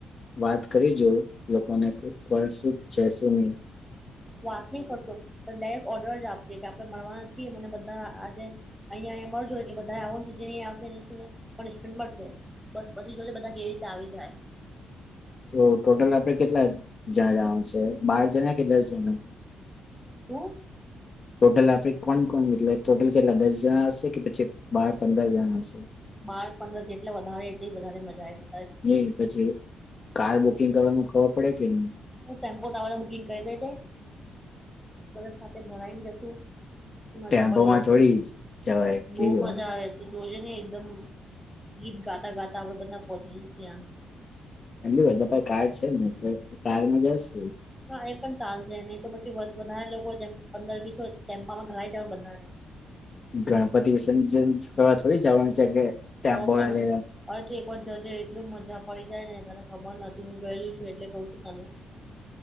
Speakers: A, on the left (about 40°); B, in the centre.
A: વાત કરી જો લોકોને કો શ છે શું નની
B: વાત નહી કરતો ડાયરેક્ટ ઓર્ડર જ આપજે કે આપણે મળવાના છીએ મને બધા આજે અહંયા મળજો એટલે બધા આવ જેનેયા આવશે એને પનિશમેન્ટ મળશે બસ પછી જોજ બધા કેવી રીતે આવી જાય
A: તો ટોટલ આપડણે કેટલા જણા જવાનું છે બાર જણા કે દસ જણા
B: શું
A: ટોટલ આપડી કોન કોન જેટલે ટોટલ કેટલા દસ હજાર હશે કે પછી બાર પંદર જણા હશે
B: બાર પંદર જેટલા વધારે એટલી વધારે મજા એટ
A: નઈ પછી કાર બુકિંગ કરવાનું ખબર પડે કેમ
B: ટેમ્પો ટ બુકિંગ કરી દેજાય બધા સાથે ભરાને જશુ મજા
A: ટેમ્પોમાં
B: પડી જશે
A: થોડી જવાય કેવી
B: બહ મજા
A: વાત
B: આવે તો જોજે ને એકદમ ગીત ગાતા ગાતા આપડે બધા પહોંચી જશું ત્યાં
A: એમ બી બધા પર કાર છે ને તો કારમાં જશ
B: હા એ પણ ચાલશે નહી તો પછી વધારે લોકો જેમ પંદર વીસ હોય ટેમ્પામાં ઘરા જ બધાને સાથે
A: ગણપતિ વિસર્જન કરવા થોડી જવાનું છે કે ટેમ્પો
B: તોોપણ
A: લઈ લેવા
B: હવે તોું એક વાર જજે એટલું મજા પડી જાય ને તને ખબર નથી હું ગયેલું છું એટલે કહું છું તને